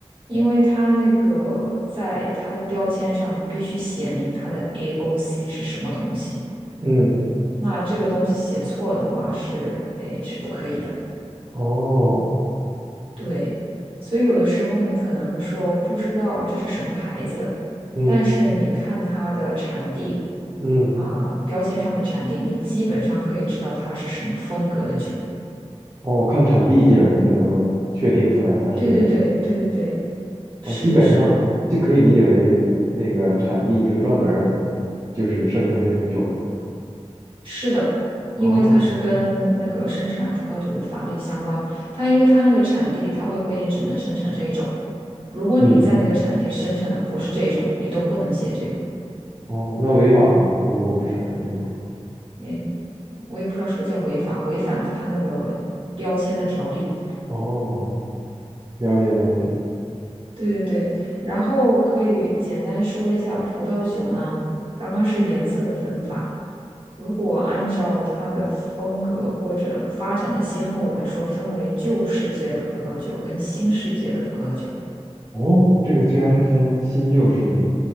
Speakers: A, on the right; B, on the right.
A: 因为它那个在它的标签上必须写明它的 AOC 是什么东西。
B: 嗯，
A: 那这个东西写错了的话是，哎，是不可以的。
B: 哦，
A: 对，所以有的时候你可能说不知道这是什么牌子，
B: 嗯
A: 但是你看它的产地
B: 嗯，
A: 啊，标签上的产地，你基本上可以知道它是什么风格的酒。
B: 哦，看产地基本上就能确定出来它是，
A: 对对对对对对，
B: 哦，
A: 是的，
B: 基本上就可以理解为那个产地就专门儿
A: 是的，
B: 就是生产这种酒的。
A: 是的，因为它是跟那个生产葡萄酒的法律相关，
B: 哦，
A: 它因为它那个产地，它会规定只能生产这一种。如果你在那个产地生产的不是这一种，
B: 嗯，
A: 你都不能写这个。
B: 哦，那违法吗？如果不生产这种？
A: 诶，我也不知道是不是叫违法，违反它那个标签的条例。
B: 哦，了解了解。
A: 对对对，然后可以简单说一下葡萄酒呢，刚刚是颜色的分法，如果按照它的风格或者发展的先后来说，分为旧世界的葡萄酒跟新世界的葡萄酒。
B: 哦，这个居然还分新旧世界。